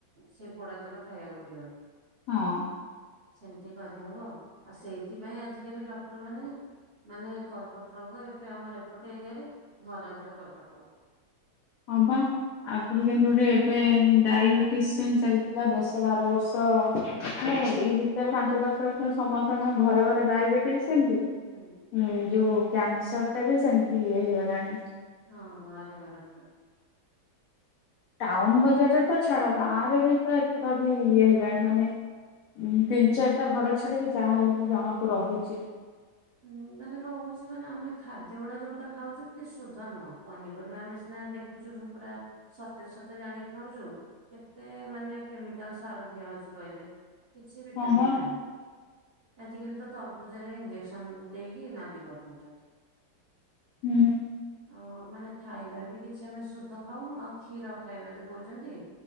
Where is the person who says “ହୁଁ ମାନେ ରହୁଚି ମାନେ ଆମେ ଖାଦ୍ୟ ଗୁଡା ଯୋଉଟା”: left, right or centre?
Right